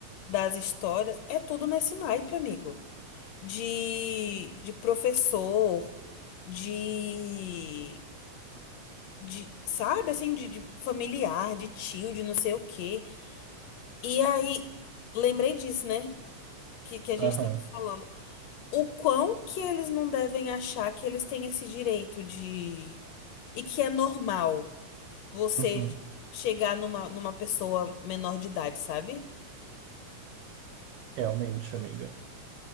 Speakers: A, on the left; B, on the right.
A: das histórias é tudo nesse naipe, amigo. De, de professor, de, de, sabe, assim, de, de familiar, de tio, de não sei o quê. E aí, lembrei disso, né? que, que a
B: aham,
A: gente estava falando. O quão que eles não devem achar que eles têm esse direito de. E que é normal você
B: uhum.
A: chegar numa, numa pessoa menor de idade, sabe?
B: Realmente, amiga.